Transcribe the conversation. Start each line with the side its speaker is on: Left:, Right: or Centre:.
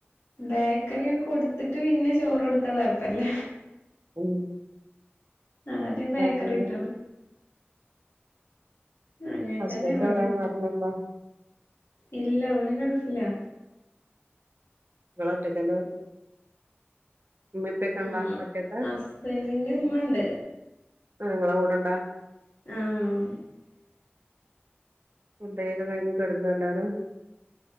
Left: ബേക്കറി കൊടുത്തിട്ട് പിന്നെ ചോറ് കൊടുത്താ കുഴപ്പല്ല
Right: ഉം
Left: ആദ്യം ബേക്കറിട്ടണം
Right: ആഹ് പിന്നെ
Left: ങ്ങനതന്നെ
Right: ഹസ്ബൻഡ്
Left: എവിടേം
Right: എവിടെ നാട്ടിലുണ്ടോ
Left: ഇല്ല ഓല് ഗൾഫിലാ
Right: ങ്ങള് ഒറ്റക്കന്നെ ഉമ്മേം ഉപ്പേം ഒക്കെണ്ടാ
Left: ആ
Right: ഒറ്റക്കാ
Left: ഹസ്ബൻറന്റെ ഉമ്മണ്ട്
Right: ആ ങ്ങളെ കൂടണ്ടാ
Left: ആആ
Right: ഉണ്ടയക്കെ കഴിഞ് കടന്നോ എല്ലാരും